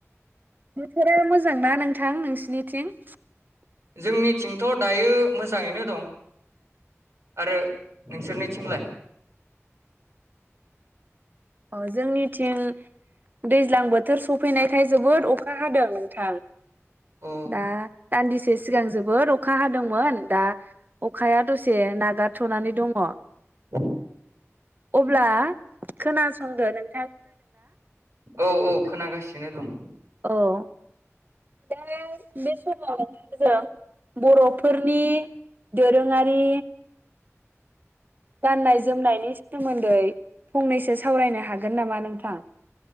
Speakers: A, on the right; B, on the right.
A: बोथोरा मोजां ना नोंथां नोंसिनिथिं?
B: जोंनिथिंथ' दायो मोजाङैनो दं आरो नोंसोरनिथिंलाय?
A: अ जोंनिथिं दैज्लां बोथोर सफैनायखाय जोबोद अखा हादों नोंथां
B: अ
A: दा दान्दिसे सिगां जोबोद अखा हादोंमोन दा अखाया दसे नागारथ'नानै दङ।
B: औ
A: अब्ला खोनासंदो नों
B: औ औ खोनागासिनो दं
A: औ दा बे समाव नोंथांजों बर'फोरनि दोरोङारि गाननाय जोमनायनि सोमोन्दै फंनैसो सावरायनो हागोन हागोन नामा नोंथां?